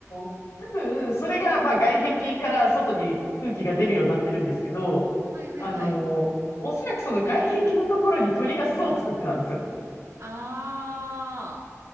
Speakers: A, on the left (about 70°); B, on the right (about 80°).
A: ー多分、それが、まあ、外壁から外に空気が出るようになってるんですけど、
B: はいはいはい。
A: あのーおそらくその外壁のところに鳥が巣を作ってたんですよ。
B: あ